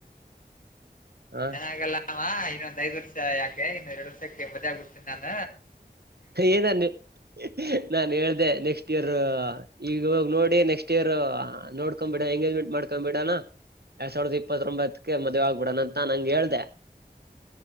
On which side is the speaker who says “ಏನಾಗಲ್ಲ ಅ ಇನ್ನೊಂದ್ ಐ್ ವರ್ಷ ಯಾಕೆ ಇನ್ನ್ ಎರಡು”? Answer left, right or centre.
Left